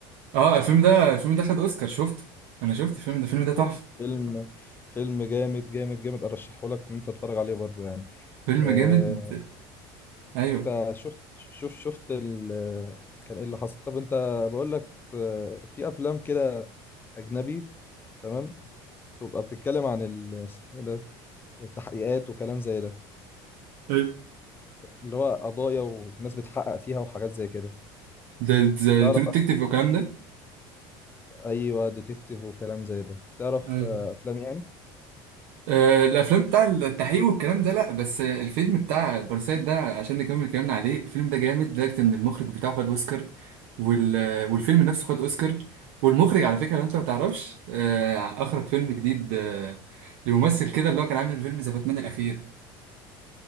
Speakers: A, on the right; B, on the left.
A: اه الفيلم ده الفيلم ده خد اوسكار شفته انا شفت الفيلم ده الفيلم
B: شفته
A: ده تحفه
B: فيلم فيلم جامد جامد جامد ارشحه لك ان انت تتفرج عليه برضو يعني
A: فيلم
B: آه،
A: جامد ايوه
B: انت شفت شفت شفت ال... كان ايه اللي حصل طب انت بقول لك آه، في افلام كده اجنبي تمام تبقى بتتكلم عن ال... اسمه إيه ده التحقيقات وكلام زي ده
A: ايوه
B: اللي هو قضايا وناس بتحقق فيها وحاجات زي كده
A: ده ده
B: تعرف
A: ترو ديتكتيف
B: أف-
A: والكلام ده
B: ايوه ديتكتيف وكلام زي ده تعرف
A: ايوه
B: آه، افلام يعني
A: آه الافلام بتاع التحقيق والكلام ده لا بس الفيلم بتاع باراسايت ده عشان نكمل كلامنا عليه الفيلم ده جامد لدرجه ان المخرج بتاعه خد اوسكار وال... والفيلم نفسه خد اوسكار والمخرج على فكره لو انت ما تعرفش آه اخرج فيلم جديد آه لممثل كده اللي هو كان عامل فيلم ذا باتمان الاخير